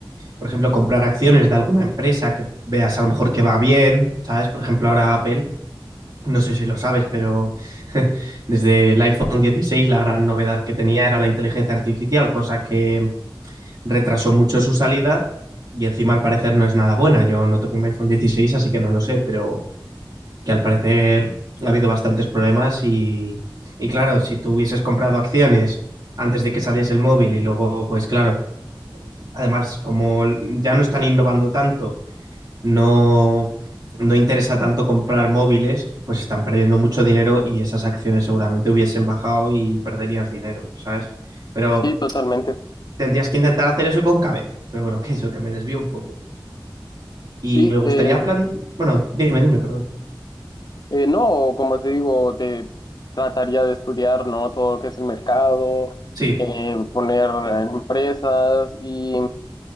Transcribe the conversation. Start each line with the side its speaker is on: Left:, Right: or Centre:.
Right: por ejemplo, comprar acciones de alguna empresa que veas a lo mejor que va bien, ¿sabes? Por ejemplo, ahora Apple, no sé si lo sabes, pero <laughs> desde el iPhone 16 la gran novedad que tenía era la inteligencia artificial, cosa que retrasó mucho su salida y encima al parecer no es nada buena. Yo no tengo un iPhone 16, así que no lo sé, pero que al parecer ha habido bastantes problemas y, y claro, si tú hubieses comprado acciones antes de que saliese el móvil y luego, pues claro, además como ya no están innovando tanto no, no interesa tanto comprar móviles, pues están perdiendo mucho dinero y esas acciones seguramente hubiesen bajado y perderías dinero, ¿sabes? Pero
Left: Sí, totalmente.
Right: tendrías que intentar hacer eso con cabeza. Pero bueno, <laughs> que eso, que me desvío un poco. Y
Left: Sí,
Right: me gustaría
Left: eh,
Right: plan... Bueno, dime, dime, perdón.
Left: Eh, no, como te digo, te trataría de estudiar, ¿no? Todo lo que es el mercado,
Right: Sí.
Left: eh, poner eh, empresas y,